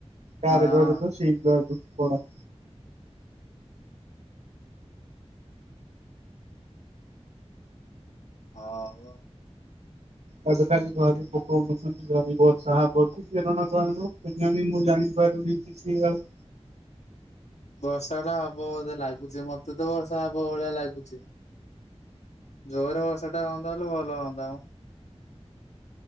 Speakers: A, on the right; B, on the left.
A: ଗାଁ
B: ହଁ।
A: ରେ କହୁଚନ୍ତି ତ ଶୀଘ୍ରୁ ପଡ।
B: ହଉ।
A: ତାବେ ଖାଲି ଝରି ପୋକ ଉଡୁଛନ୍ତି ଝରି ବର୍ଷା ହବ କରଣ କେଜଣି ମୁଁ ଜାଣିପାରୁନି। କିଛି ଆଉ
B: ବର୍ଷାଟା ହବ ବୋଧେ ଲାଗୁଛି ମତେ ତ ବର୍ଷା ହବ ଭଳିଆ ଲାଗୁଛି। ଜୋରରେ ବର୍ଷା ଟା ହୁଅନ୍ତା ହେଲେ ଭଲ ହୁଅନ୍ତା ମ।